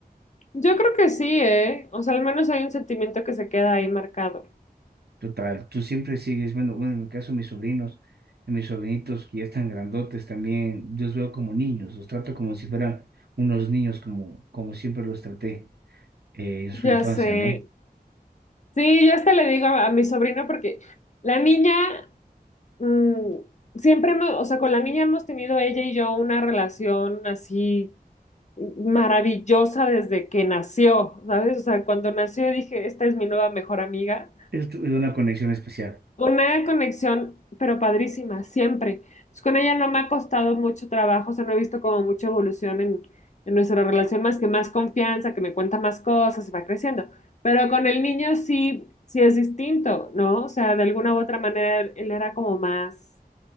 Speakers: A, on the left; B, on the right.
A: Yo creo que sí, ¿eh? O sea, al menos hay un sentimiento que se queda ahí marcado.
B: Total, tú siempre sigues, bueno, bueno, en mi caso mis sobrinos, a mis sobrinitos que ya están grandotes también, yo los veo como niños, los trato como si fueran unos niños, como, como siempre los traté eh, en su
A: Ya
B: infancia,
A: sé.
B: ¿no?
A: Sí, yo hasta le digo a, a mi sobrino porque la niña, mm, siempre, hemos- o sea, con la niña hemos tenido ella y yo una relación así maravillosa desde que nació, ¿sabes? O sea, cuando nació dije, esta es mi nueva mejor amiga.
B: Es, tu- es una conexión especial.
A: Una conexión, pero padrísima, siempre. Entonces, con ella no me ha costado mucho trabajo, o sea, no he visto como mucha evolución en, en nuestra relación, más que más confianza, que me cuenta más cosas y va creciendo. Pero con el niño sí, sí es distinto, ¿no? O sea, de alguna u otra manera él él era como más,